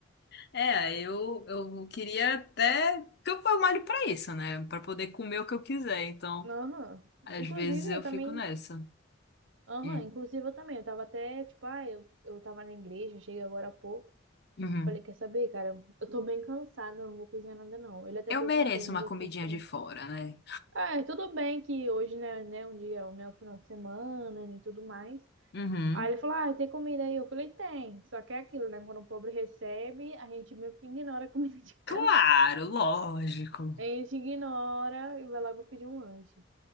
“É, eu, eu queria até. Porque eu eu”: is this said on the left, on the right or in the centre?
Left